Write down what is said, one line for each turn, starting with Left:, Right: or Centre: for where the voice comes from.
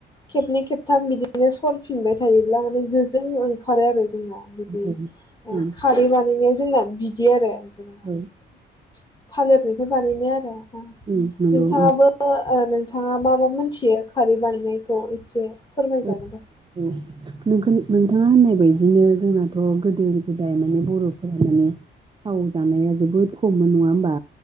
Left: खेबनै खेबथाम बिदिनो सरफिनबाय थायोब्ला माने गोजों ओंखारो आरो जोंना बिदि
Right: औ
Left: ओ
Right: ओं
Left: खारै बानायनाया जोंना बिदि आरो <unintelligible>
Right: औ
Left: थालिरनिफ्राय बानायनाय आरो ना
Right: उम नंगौ
Left: नोंथाङाबो
Right: ओं
Left: ओ नों थाङा मा मा मोनथियो खारै बानायनायखौ एसे
Right: <unintelligible>
Left: फोरमायजागोन दे
Right: नोंखोन नोंथाङा होननाय बायदिनो जोंनाथ गोदो <unintelligible> जानाया जोबोद खममोन नङा होमबा?